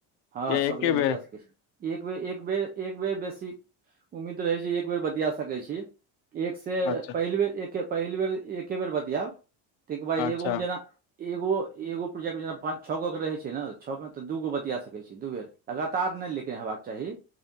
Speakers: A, on the right; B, on the left.
A: हँ सबदिन
B: एके बेर
A: बतिया सके छी। एक बेर एक बेर एक बेेर बेसी उम्मीद रहै छै एक बेर बतिया सकै छी। एकसँ
B: अच्छा
A: पहिल बेर एके पहिल बेर एके बेर बतियाब ताहिके बाद
B: अच्छा
A: एगोमे जेना एगो एगो प्रोजेक्ट मे जे पंच छओ गो के रहे छै ने छ में ते दूगो बतिया सक दू बेर लगातार नहि लेकिन हेबाक चाही।